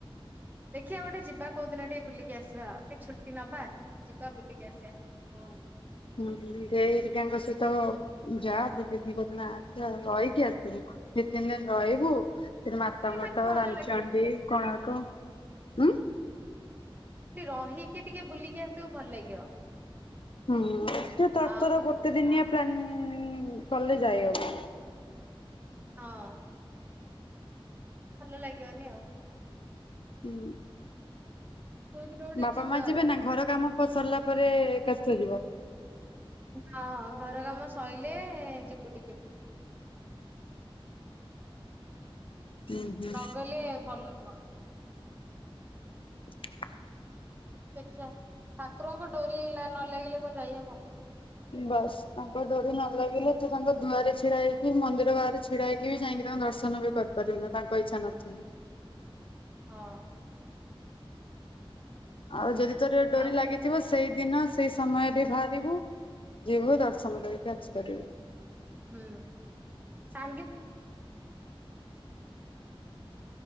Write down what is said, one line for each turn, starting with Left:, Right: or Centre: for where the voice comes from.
Right: ଦେଖିବା ଗୋଟେ ଯିବା କୋଉ ଦିନ ଟିକେ ବୁଲିକି ଆସିବା ଆଉ ଟିକେ ଛୁଟି ନବା ଯିବା ବୁଲିକି ଆସିବା ହଉ ।
Left: ହୁଁ ଦେଇ ହେରିକା ସହିତ ଯା ବୁଲିକି କଉ ଦିନ ଆସେ ଆଉ ରହିକି ଆସିବୁଦିତିନ୍ ଦିନ୍ ରହିବୁ ସେ ମାତା ମଠ
Right: ମାନେ ଭଲ
Left: ରାମଚଣ୍ଡିୀ
Right: ଲାଗିବ ଟିକେ
Left: କୋଣାର୍କ ଉଁ।
Right: ରହିକି ଟିକେ ବୁଲିକି ଆସିବୁ ଭଲ ଲାଗିବ।
Left: ହୁଁ। ତର
Right: ଆଉ
Left: ତର ଗୋଟେ ଦିନିଆ ପ୍ଲାାନ୍ ଉଁ କ।
Right: ହଁ। ଭଲ ଲାଗିବନି ଆଉ।
Left: ହୁଁ।
Right: କୋଉଦିନ ଗୋଟେ
Left: ବାପା
Right: ଯିବା
Left: ମା ଯିବେ ନା ଘର କାମ ପ ସରିଲା ପରେ ଏକା ସହିତ ଯିବ।
Right: ହଁ ଘର କାମ ସଇଲେ ଯିବୁ ଟିକେ।
Left: ହୁଁ ହୁଁ।
Right: ନଗଲେ ଭଲ। <unintelligible>
Left: <inaudible>
Right: ଦେଖ୍ୟା ଠାକୁରଙ୍କୁ ଡୋରି ନ ଲାଗିଲେ କଣ ଯାଇହବ।
Left: ବାସ୍ ତାଙ୍କ ଡୋରି ନ ଲାଗିଲେ ତୁ ତାଙ୍କ ଧୂଆରେ ଛିଡା ହେଇକି ମନ୍ଦିର ବାହାରେ ଛିଡା ହେଇକି ବି ଯାଇକି ତାଙ୍କ ଦର୍ଶନ ବି କରିପାରିବୁନ ତାଙ୍କ ଇଛା ନଥିଲେ।
Right: ହଁ।
Left: ଆଉ ଯଦି ତୋର ଡୋରି
Right: ଆଉ
Left: ଲାଗିଥିବ ସେଇ ଦିନ ସେଇ ସମୟରେ ବାହାରିବୁ ଯିବୁ ଦର୍ଶନ କରିକି ଆସିି ପାରିବୁ।
Right: ହୁଁ ।